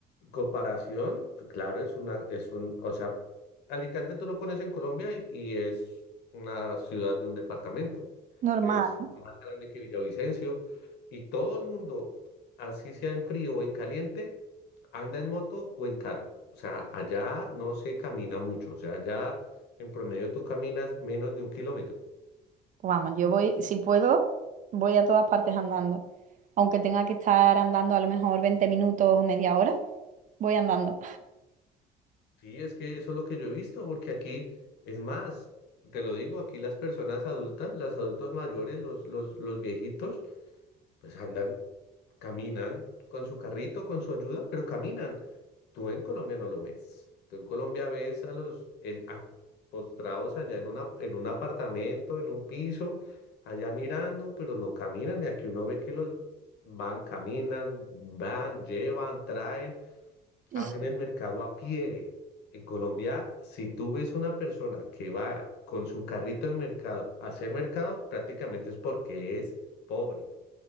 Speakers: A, on the left (about 80°); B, on the right (about 50°).
A: Comparación, pues, claro, es una, es un, o sea, Alicante tú lo pones en Colombia y, y es una ciudad de un departamento,
B: Normal.
A: es más grande que Villavicencio y todo el mundo, así sea en frío o en caliente, anda en moto o en carro. O sea, allá no se camina mucho, o sea, allá en promedio tú caminas menos de un kilómetro.
B: Pues Vamos, yo voy, si puedo, voy a todas partes andando. Aunque tenga que estar andando a lo mejor 20 minutos o media hora, voy andando.
A: Sí, es que eso es lo que yo he visto, porque aquí es más, te lo digo, aquí las personas adultas, los adultos mayores, los, los, los viejitos, pues andan, caminan con su carrito, con su ayuda, pero caminan. Tú en Colombia no lo ves. Tú en Colombia ves a los eh, a- postrados allá en una, en un apartamento, en un piso, allá mirando, pero no caminan. Y aquí uno ve que los van, caminan, van, llevan, traen,
B: <laughs>
A: hacen el mercado a pie. En Colombia, si tú ves una persona que va con su carrito de mercado a hacer mercado, prácticamente es porque es pobre.